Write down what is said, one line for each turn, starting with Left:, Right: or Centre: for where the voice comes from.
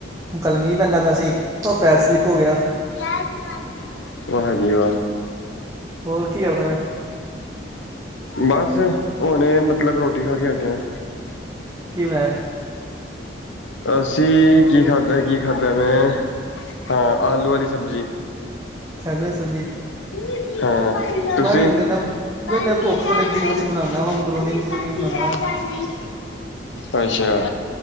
Right: ਕਲ ਮੀਂਹ ਪੈਂਦਾ ਪਿਆ ਸੀ। ਉਹ ਪੈਰ ਸਲਿੱਪ ਹੋ ਗਿਆ।
Left: ਕੈ ਮ <unintelligible> ਵਾਹ ਜੀ ਵਾਹ!
Right: ਹੋਰ ਕੀ ਕਰਦਾ ਪਿਆ?
Left: ਬਸ, ਹੁਨ ਮਤਲਬ ਰੋਟੀ ਖਾ ਕੇ ਹੱਟਿਆ।
Right: ਕੀ ਬਣਾਇਆ
Left: ਅਸੀਂ ਕੀ ਖਾਧਾ, ਕੀ ਖਾਧਾ ਵੇ। ਹਾਂ। ਆਲੂ ਵਾਲੀ ਸਬਜ਼ੀ।
Right: ਚੱਲ ਓਏ ਸਰ ਜੀ।
Left: ਹਾਂ। ਤੁਸੀਂ
Right: ਮੈਂ ਦੇਨਾ
Left: ਪਾਂਦੀ
Right: ਵੇ ਮੈਂ ਭੁੱਖ
Left: ਆ
Right: ਤੇ ਲੱਗੀ
Left: ਨਹੀਂ
Right: ਕੁਛ
Left: ਮੰਮੀ
Right: ਬਣਾਉਦਾ ਵਾ ਮਗਰੋਨੀਮ ਕਰੋਨੀ
Left: ਪਾਂਦੀ
Right: ਬਣਾਉਣਾ।
Left: ਆ ਜਾਂ ਨਹੀਂ
Right: <inaudible>
Left: ਅੱਛਾ।